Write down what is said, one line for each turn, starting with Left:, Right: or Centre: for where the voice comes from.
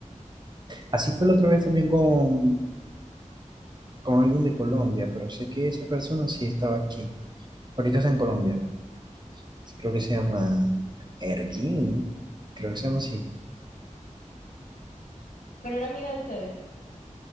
Right: Así fue la otra vez también con, con alguien de Colombia, pero sé que esa persona sí estaba aquí. Ahorita está en Colombia. Sí, Creo que se llama Erguín. Creo que se llama así.
Left: Pero era amiga de ustedes.